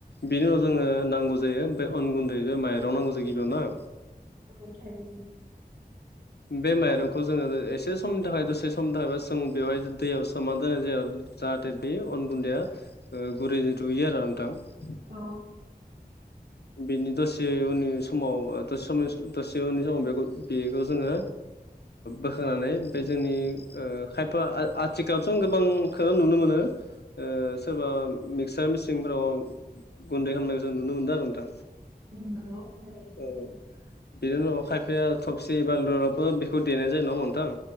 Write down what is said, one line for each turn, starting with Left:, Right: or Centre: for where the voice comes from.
Left: बेनि उनाव जोङो नांगौ जायो बेफ्राय अन गुन्दै बे माइरं नांगौ जायो गिबियाव ना
Right: औ थारि
Left: बे माइरंखौ जोङो एसे समनि थाखाय दसे समनि थाखायबा जों बेवहाय दैयाव सोमानै दोननाय जाया जा नाथाय बे अन गुन्दैाया गुरै रुयो आरो नोंथां
Right: औ
Left: बेनि दसे उननि समाव दसे समनि दसे उननि समाव बेखौ बेखौ जोङो बोखोनानै बे जोंनि खायफा आथिखालावथ' गोबांखौ नुनो मोनो सोरबा मिक्चार मेचनफ्राव गुन्दै खालामनायखौ जों नुनो मोनदों आरो नोंथां
Right: नोंगौ थारायनोसै
Left: औ बिनि उनाव खायफाया थबसे बानलुराबबो बेखौ देनाय जायो ना मोनथां